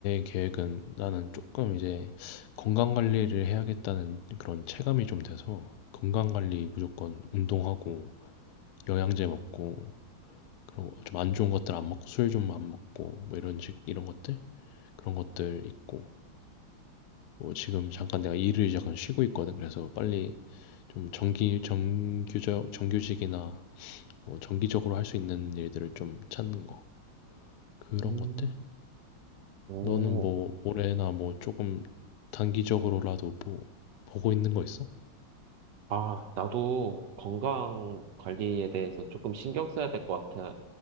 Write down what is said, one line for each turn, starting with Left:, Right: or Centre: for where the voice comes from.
Left: 계획은 나는 조금 이제 건강 관리를 해야겠다는 그런 체감이 좀 돼서 건강 관리 무조건 운동하고 영양제 먹고 그리고 좀 안 좋은 것들 안 먹고 술 좀 안 먹고 뭐 이런 식 이런 것들 그런 것들 있고 뭐 지금 잠깐 내가 일을 잠깐 쉬고 있거든. 그래서 빨리 좀 정기 정규적 정규직이나 뭐 정기적으로 할 수 있는 일들을 좀 찾는 거 그런
Right: 음.
Left: 것들
Right: 오,
Left: 너는 뭐 올해나 뭐 조금 단기적으로라도 뭐 보고 있는 거 있어?
Right: 아, 나도 건강 관리에 대해서 조금 신경 써야 될 것 같아.